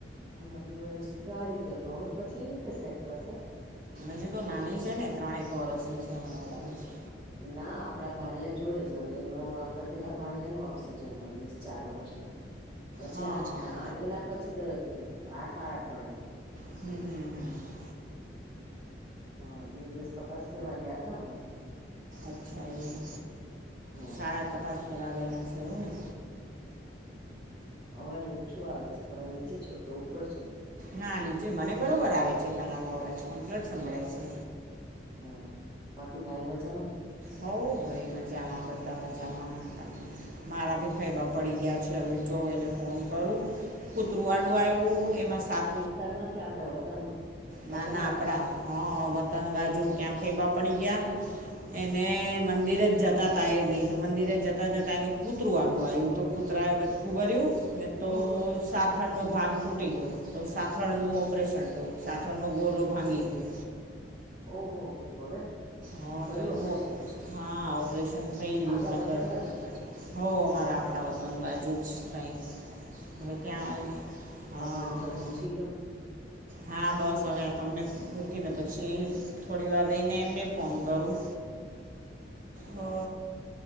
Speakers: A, on the right (about 25°); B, on the right (about 50°).
A: હમણાં બે વરષથી તો આ રીતે હતો હવે પછી એ રીતે સેટ કરશે ને
B: હજી તો નાની છે ને ત્રણે એક વરષની છે મને એવું લાગે છે.
A: ના આપડા ભાણિયા જોડે જ હવે એનો આપડા પેલા ભાણિયા નો આવશે જન્મ દિવસ ચાર વર્ષ નો પછી
B: હા
A: આ અ એના પછી તરત લે આ સાડા ત્રણ ની
B: હમ હમ હમ.
A: હા બે દિવસ તપાસ કરવા ગયા તા હમણાં
B: અચ્છા એવું
A: હમ
B: શાળા તપાસ કરવા ગ્યા છો એવુને.
A: અવાજ ઓછો આવે છે તમે નીચે છો કે ઉપર છો
B: ના નીચે મને બરોબર આવે છે તમારો અવાજ કમ્પલેટ સંભળાય છે.
A: હ બાકી ભાઈ મજામાં
B: હોઉ ભાઈ મજામાં બધા મજામાં ત મારા બી ખાઈબા પડી ગયા છે હવે જોઓ એને ફોન કરું કૂતરું આડું આવ્યું એમાં સાત
A: શેરમાં ક્યા આપણેે વતનમાં વતન
B: ના ના
A: બાજુ
B: આપડા હા વતન બાજુ ક્યાં ફેબા પડી ગયા. એને મંદિરે જ જતા હતા એબી તો મંદિરે જતાં જતાં એનું કૂતરું આડૂ આવ્યું તો કૂતરાએ બચકુ ભર્યું. ને તો
A: ઓહો
B: સાથળનો ભાગ તૂટી ગયો તો સાથળનું ઓપરેશન થયું. સાથડ નો ગોલો ભાંગી ગયો.
A: ઓ હો હો હવે.
B: હા
A: કર્યું
B: તો એનું
A: ઓપરેશન
B: હા ઓપરેશન થઈ ગયું
A: આપડા
B: પંદર
A: વતન બાજુ
B: હો અમારા આપણા વતન બાજુ જ કઈ હવે ત્યાં
A: ના ના
B: હા.
A: ખબર અંતર પૂછી લો
B: હા બસ હવે તમને મૂકીને પછી થોડી વાર રઈને એમને ફોન કરું હો